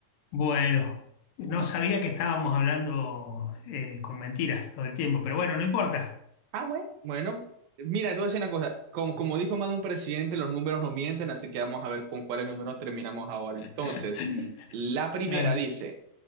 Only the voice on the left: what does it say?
Bueno, no sabía que estábamos hablando eh, con mentiras todo el tiempo, pero bueno, no importa.
<laughs>
Claro.